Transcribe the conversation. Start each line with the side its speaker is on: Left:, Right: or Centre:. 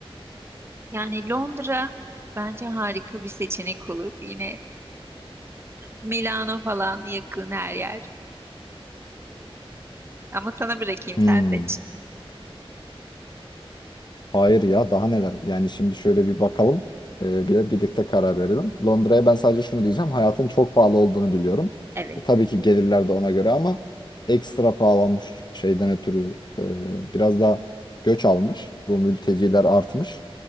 Right: Yani Londra bence harika bir seçenek olur. Yine Milano falan yakın her yer. Ama sana bırakayım
Left: Hmm,
Right: sen seç.
Left: hayır ya daha neler? Yani şimdi şöyle bir bakalım. Ee, bir, birlikte karar verelim. Londra'ya ben sadece şunu diyeceğim. Hayatın çok pahalı olduğunu biliyorum.
Right: Evet,
Left: E, tabii ki gelirler de ona göre ama ekstra pahalanmış şeyden ötürü e, biraz da göç almış. Bu mülteciler artmış.